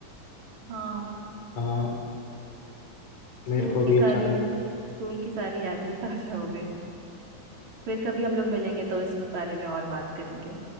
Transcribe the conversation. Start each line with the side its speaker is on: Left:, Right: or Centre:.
Right: हाँ
Left: हाँ
Right: स्कूल
Left: मेरे को
Right: की
Left: भी
Right: सारी
Left: अच्छा लगा
Right: स्कूल की सारी यादें ताजा हो गई फिर कभी हम लोग मिलेंगे तो इस बारे में और बात करेंगे